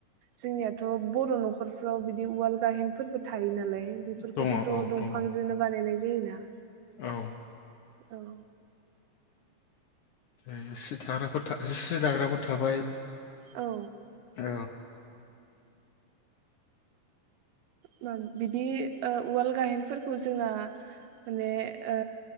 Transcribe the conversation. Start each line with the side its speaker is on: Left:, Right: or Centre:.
Right: जोंनियाथ' बर' न'खर न'खरफ्राव बिदि उवाल गाहेनफोरबो थायो नालाय बेफोरखौबोथ'
Left: दङ औ
Right: दंफांजोंनो
Left: दङ
Right: बानायनाय जायोना
Left: औ
Right: ।औ
Left: जि थाग्राफोर सि दाग्राफोर थाबाय।
Right: औ।
Left: औ
Right: बिदि ओ उवाल गाहेनफोरखौ जोंना माने ओ